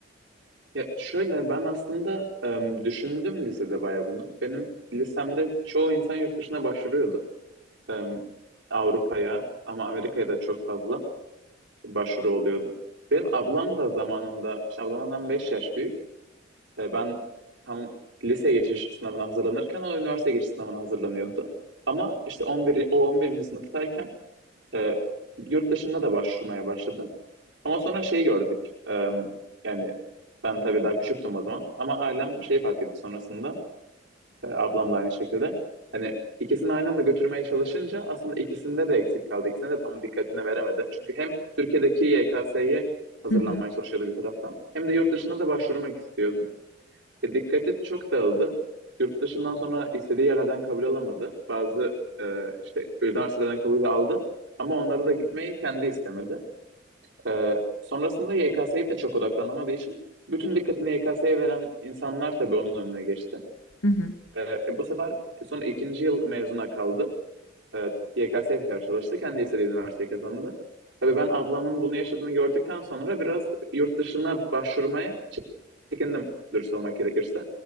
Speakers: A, on the right; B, on the left.
A: Ya şöyle ben aslında em, düşündüm lisede bayağı bunu. Benim lisemde çoğu insan yurt dışına başvuruyordu. Em, Avrupa'ya ama Amerika'ya da çok fazla başvuru oluyordu. Benim ablam da zamanında, işte ablamdan 5 yaş büyük. E, ben tam lise geçiş sınavına hazırlanırken o üniversite geçiş sınavına hazırlanıyordu. Ama işte 11, o 11. sınıftayken e, yurt dışında da başvurmaya başladı. Ama sonra şeyi gördük. Eee, yani ben tabii daha küçüktüm o zaman. Ama ailem şeyi fark etti sonrasında. e, ablam da aynı şekilde. Hani ikisini aynı anda götürmeye çalışınca aslında ikisinde de eksik kaldı. İkisine de tam dikkatini veremedi. Çünkü hem Türkiye'deki YKS'ye hazırlanmaya
B: Hı hı.
A: çalışıyordu bir taraftan. Hem de yurt dışına da başvurmak istiyordu. E, dikkati çok dağıldı. Yurt dışından sonra istediği yerlerden kabul alamadı. Bazı e, işte üniversitelerden kabul aldı. Ama onlara da gitmeyi kendi istemedi. Ee, sonrasında YKS'ye de çok odaklanamadığı için bütün dikkatini YKS'ye veren insanlar tabii onun önüne geçti.
B: Hı hı.
A: Ee, bu sefer e, sonra ikinci yıl mezuna kaldı. Evet, YKS'ye tekrar çalıştı. Kendi istediği üniversiteyi kazandı. Tabii ben ablamın bunu yaşadığını gördükten sonra biraz yurt dışına başvurmaya çekindim dürüst olmak gerekirse.